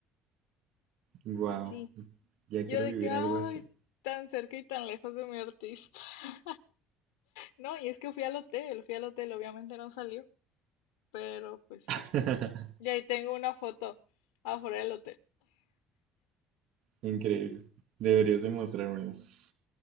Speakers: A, on the right (about 70°); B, on the left (about 80°).
A: Wow,
B: Sí.
A: ya
B: Yo
A: quiero
B: de
A: vivir
B: que, ay,
A: algo así.
B: tan cerca y tan lejos de mi artista. <laughs> No, y es que fui al hotel, fui al hotel, obviamente no salió, pero pues
A: <laughs>
B: fui. Y ahí tengo una foto afuera del hotel.
A: Increíble. Deberías demostrármelas.